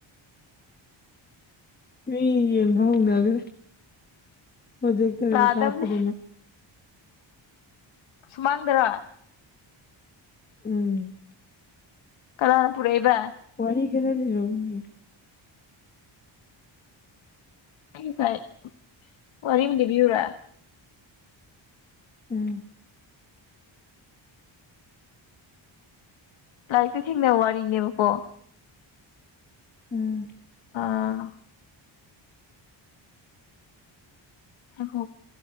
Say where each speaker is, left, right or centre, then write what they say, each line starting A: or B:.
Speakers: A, on the left; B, on the left.
A: ꯃꯤ ꯌꯦꯡꯕ ꯍꯧꯅꯒ꯭ꯔ ꯄꯣꯖꯦꯛꯇꯔꯒ
B: ꯂꯥꯛꯑꯗꯕꯅꯦ
A: ꯀꯥꯞꯄꯗꯅ
B: ꯁꯨꯃꯥꯡꯗꯔ
A: ꯎꯝ
B: ꯀꯅꯥꯅ ꯄꯨꯔꯛꯕ
A: ꯋꯥꯔꯤ ꯄꯨꯋꯥꯋꯥꯔꯤ ꯈꯔ ꯂꯩ ꯔꯎꯅꯤ
B: ꯑꯩꯁꯥꯏ ꯋꯥꯔꯤꯝ ꯂꯤꯕꯤꯌꯎꯨꯔꯥ
A: ꯎꯝ
B: ꯂꯥꯏꯔꯤꯛꯇ ꯊꯦꯡꯅꯕ ꯋꯥꯔꯤꯅꯦꯕꯀꯣ
A: ꯎꯝ
B: ꯑꯥ ꯍꯒꯣ